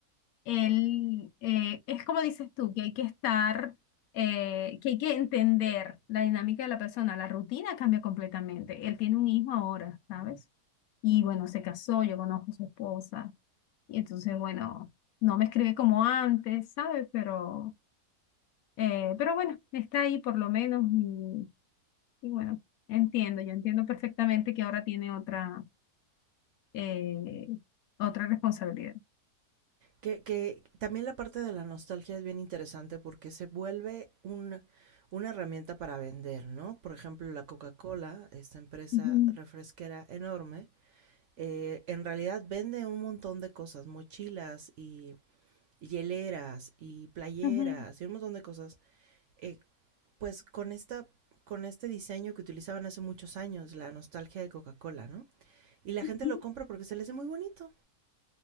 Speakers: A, on the left; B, on the right.
A: el, eh, es como dices tú, que hay que estar, eh, que hay que entender la dinámica de la persona. La rutina cambia completamente. Él tiene un hijo ahora, ¿sabes? Y bueno, se casó, yo conozco a su esposa. Y entonces, bueno, no me escribe como antes, ¿sabes? Pero, eh, pero bueno, está ahí por lo menos. Y, y bueno, entiendo, yo entiendo perfectamente que ahora tiene otra, eh, otra responsabilidad.
B: Que, que también la parte de la nostalgia es bien interesante porque se vuelve un- una herramienta para vender, ¿no? Por ejemplo, la Coca-Cola, esta empresa
A: Ujú,
B: refresquera enorme, Eh, en realidad vende un montón de cosas, mochilas y hieleras y playeras
A: ujú,
B: y un montón de cosas. Eh, pues con esta con este diseño que utilizaban hace muchos años, la nostalgia de Coca-Cola, ¿no? Y la
A: ujú.
B: gente lo compra porque se le hace muy bonito.